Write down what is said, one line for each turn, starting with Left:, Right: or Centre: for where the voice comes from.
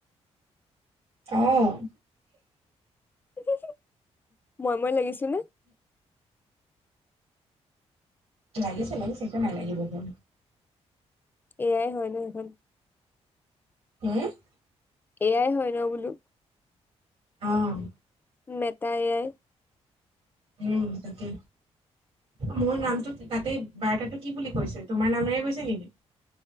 Right: অ'
Left: হো-হো, মই-মই লাগিছে নে?
Right: লাগিছে-লাগিছে কিয় নালাগিব আকৌ।
Left: এআই হয় ন' সেইখন।
Right: <unintelligible>
Left: এআই হয় ন' বোলো।
Right: অ'
Left: মেটা এআই
Right: উম তাকে। মোৰ নামটো তাতে বাৰ্তাটো কি বুলি কৈছে, তোমাৰ নামেৰে কৈছে নেকি।